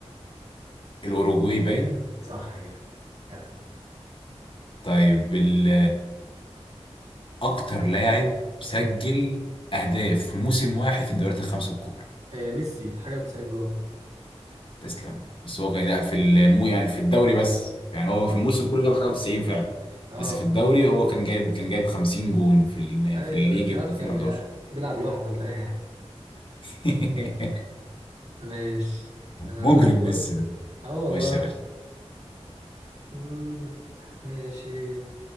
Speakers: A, on the left; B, on the right.
A: الأوروجواي باين
B: صح كده كده
A: طيب ال- أكتر لاعب سجل أهداف في موسم واحد في الدوريات الخمسة الكبرى
B: إيه ميسي حاجة وتسعين جول
A: تسلم بس هو كان لا في المو يعني في الدوري بس يعني هو في الموسم كله جاب حاجة 90 فعلا
B: أه
A: بس في الدوري هو كان جايب كان جايب 50 جون في ال-
B: أيوه
A: في الليج
B: أيوة، مش عارف
A: في 2011
B: كان بيلع- بيلعب لوحده ولا إيه
A: <laughs>
B: <laughs> ماشي أنا
A: مجرم
B: على الدور
A: ميسي ده
B: أه والله
A: خش يا باشا
B: مم، ماشي